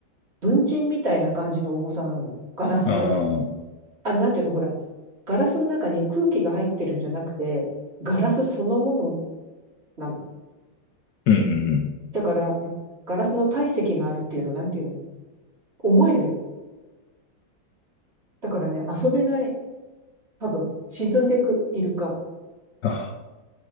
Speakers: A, on the right (about 30°); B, on the left (about 65°).
A: 文鎮みたいな感じの重さなの。ガラスが、
B: ああ、うん
A: あの、なんていうの、ほら、ガラスの中に空気が入ってるんじゃなくて、ガラスそのものなの。
B: うんうん。
A: だから、ガラスの体積があるっていうの、なんていうの重いのよ。だからね、遊べない。多分、沈んでくイルカ。
B: あ